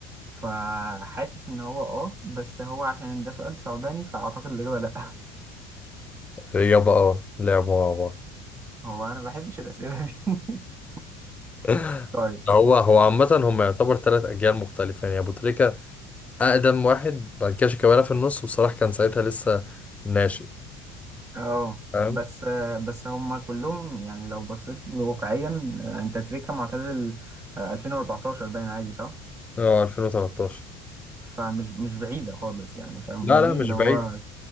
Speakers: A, on the right (about 25°); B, on the left (about 15°).
A: فحاسس ان هو اه بس هو عشان ده سؤال صعباني فاعتقد الاجابه لا
B: اجابة اه لعبوا مع بعض
A: <laughs> هو انا ما بحبش الاسئله دي <laughs>
B: <laughs>
A: طيب
B: هو هو عامة هم يعتبر ثلاث أجيال مختلفة يعني أبو تريكة أقدم واحد بعد كده شيكابالا في النص وصلاح كان ساعتها لسه ناشئ
A: اه
B: فاهم؟
A: بس بس هم كلهم يعني لو بصيت له واقعيا آه، انت تريكا معتزل آه، 2014 باين عادي صح
B: اه 2013
A: فمش مش بعيده خالص يعني فاهم
B: لا
A: قصدي
B: لا مش
A: اللي
B: بعيد
A: هو